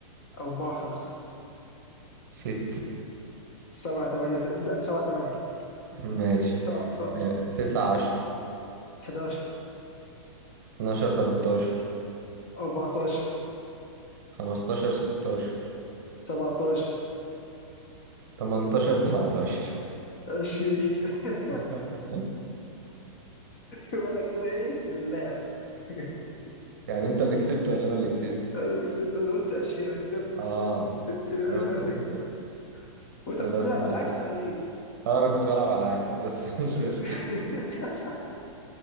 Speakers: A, on the left; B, on the right.
A: أربعة خمسة
B: ست
A: سبعة ثمانية لا سبعة ثمانية
B: ماشي
A: صح صح
B: لا، تسعة عشر
A: 11
B: اتناشر تلاتاشر
A: 14
B: خمستاشر ستاشر
A: 17
B: تمنتاشر تسعتاشر
A: 20 <laughs>
B: <laughs>
A: وانا كده ايه اللاعب <laughs>
B: يعني انت اللي كسبت ولا انا اللي كسبت
A: انا اللي كسبت انا اللي قلت 20 انا كسبت
B: اه
A: اليوم
B: أنا
A: يا شباب
B: ممكن-
A: اللي يكسب وانت
B: خلاص
A: بتلعب
B: ماشي
A: على العكس ولا ايه؟
B: اه انا كنت بلعب على العكس بس <laughs> مش
A: <laughs>
B: مشكلة